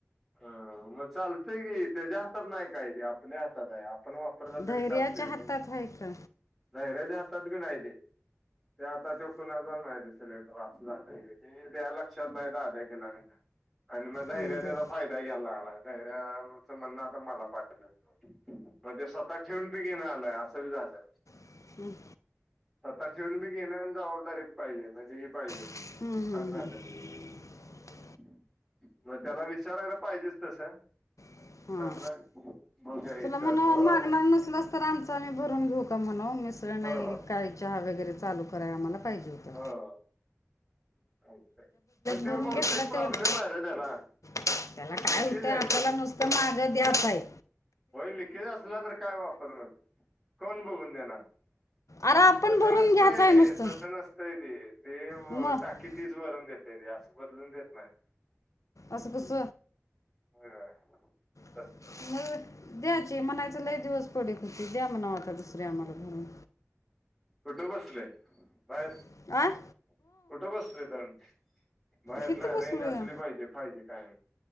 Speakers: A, in the centre; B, on the left (about 85°).
A: ह,,,, मग चालतंय की त्याच्या हातात नाही काय ति आपल्या हातात आहे,,, आपल्या,,, आपण वापरला
B: धैर्याच्या
A: तरी चालतोय,,
B: हातात
A: पण
B: आहे का
A: धैर्याच्या हातात बी नाही ते,,,, ते आता तो कुणाचा नाही ते सिलेंडर,,, ते लक्षात नाही दादा खिलऱ्याच्या,,,, आणि मग धैर्या
B: बर
A: तजा,,,, आलाय आलाय धैर्याचं म्हणण आता मला पाटवलेलं,,, मण तेे स्वतःत ठेवून बी घेण आलंय असं बी झालं
B: <inaudible> हम्म
A: <inaudible> ता ठेवून बी घेण्या जबाबदारी पाहिजे म्हणजे ही पाहिजे
B: <inaudible>
A: असं
B: हम्म
A: झालं
B: हम्म हम्
A: <inaudible> मग त्याला विचारायला पाहिजेच तसं
B: <inaudible> हा
A: आपलं बघूया विचारतो
B: तुला म्हण
A: हो
B: मागणार नसलस तर आमच आम्ही भरून घेऊ <inaudible> म्हण मिसळ
A: हो
B: नाही
A: हो
B: काळी चहा वगैरे चालू कराय आम्हाला पाहिजे होत
A: हो <inaudible> पण तेव्हा
B: भरून घेतला
A: बा ते प्रॉब्लेम
B: तेवढं
A: आहे रे त्याला
B: <inaudible> त्याला काय
A: लिकेज
B: होतंय
A: आहे
B: आपल्याला नुसत माग द्याताय
A: <inaudible> होईल कच असला तर काय वापर न कोण बघून देणार <inaudible>
B: अरे आपण
A: दसा
B: भरून
A: नस्तय
B: घ्यायचं आहे नुसतं
A: दसा नस्तय <inaudible> ते
B: मग
A: टाकी तीच भरून देत ते असं बदलून देत नाहीत
B: <inaudible> अससं गुस
A: <inaudible> होय हय
B: <inaudible> म द्यायची म्हणायच ल एक दिवस पडे कुती <inaudible> उद्या म्हणा होता दुसऱ्या आ म्हाला भरून
A: <inaudible> कुठुब असले बाहेर
B: <inaudible> आह
A: <inaudible> कुठं बसलंय कारण <inaudible> बाहेर
B: हिथं
A: ना
B: बसलो
A: रेंज
B: या
A: असली पाहिजे पाहिजे कायम <inaudible>